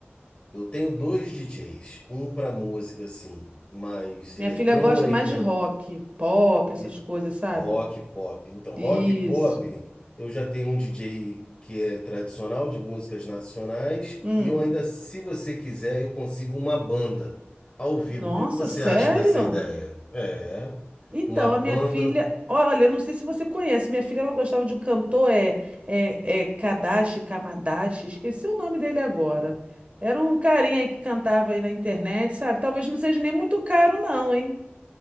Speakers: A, on the left (about 30°); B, on the right (about 35°).
A: Eu tenho dois DJs, um para música assim, mais
B: Minha
A: eletrônica
B: filha gosta mais de rock, pop, essas
A: e
B: coisas, sabe?
A: rock e pop. Então,
B: Isso.
A: rock e pop, eu já tenho um DJ que é tradicional de músicas nacionais
B: Hum.
A: e eu ainda, se você quiser, eu consigo uma banda ao vivo.
B: Nossa,
A: O que que você
B: sério?
A: acha dessa ideia? É,
B: Então,
A: uma banda.
B: a minha filha, olha, eu não sei se você conhece, minha filha ela gostava de um cantor, é, é, é Kadashi, Kamadashi, esqueci o nome dele agora. Era um carinha aí que cantava aí na internet, sabe? Talvez não seja nem muito caro, não, hein?